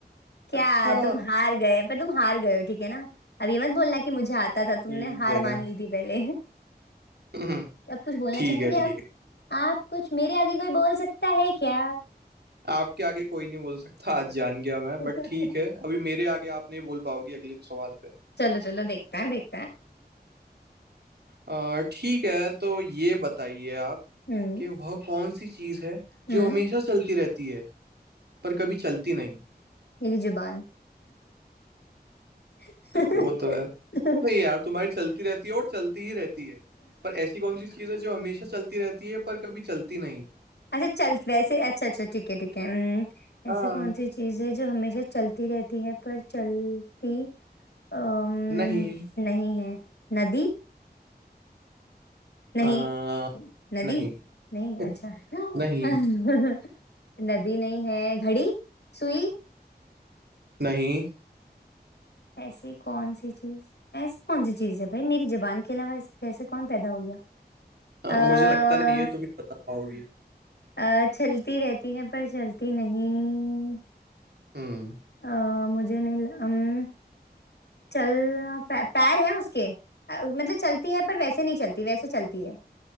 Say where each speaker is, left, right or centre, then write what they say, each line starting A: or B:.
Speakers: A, on the left; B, on the right.
A: क्या
B: अच्छा
A: तुम हार गए पर तुम हार गए हो ठीक है ना अब ये मत बोलना कि मुझे आता था तुमने
B: ठीक
A: हार
B: है
A: मान
B: <clears throat>
A: ली थी पहले <laughs>
B: हम्म,
A: अब कुछ बोलना
B: ठीक
A: चाहेंगे
B: है ठीक
A: आप
B: है
A: आप कुछ मेरे आगे कोई बोल सकता है क्या
B: आपके आगे कोई नहीं बोल सकता आज जान गया मैं
A: <laughs>
B: बट ठीक है अभी मेरे आगे आप नहीं बोल पाओगी अगले सवाल पे
A: चलो चलो देखते हैं देखते हैं
B: अ, ठीक है तो ये बताइए आप
A: हम्म
B: कि वह कौन सी चीज है जो
A: हम्म
B: हमेशा चलती रहती है पर कभी चलती नहीं
A: मेरी जुबान <laughs>
B: वो तो है नहीं यार तुम्हारी चलती रहती है और चलती ही रहती है पर ऐसी कौन सी चीज है जो हमेशा चलती रहती है पर कभी चलती नहीं
A: अच्छा चल वैसे अच्छा अच्छा ठीक है ठीक है हम्म,
B: हाँ
A: ऐसी कौन सी चीज है जो हमेशा चलती रहती है पर चलती अम्म
B: नहीं
A: नहीं है नदी नहीं
B: आ,
A: नदी
B: नहीं
A: नहीं
B: <laughs>
A: अच्छा <laughs>
B: नहीं
A: नदी नहीं है घड़ी सुई
B: नहीं
A: ऐसी कौन सी चीज ऐसी कौन सी चीज है भाई मेरी जुबान के अलावा ऐसे कैसे कौन पैदा हो गया
B: हाँ
A: अ
B: मुझे लगता नहीं है तुम ही बता पाओगी
A: अ, चलती रहती है पर चलती नहीं
B: हम्म
A: अ, मुझे नहीं ल- अम, चलना पै, पैर है उसके अ, मतलब चलती है पर वैसे नहीं चलती वैसे चलती है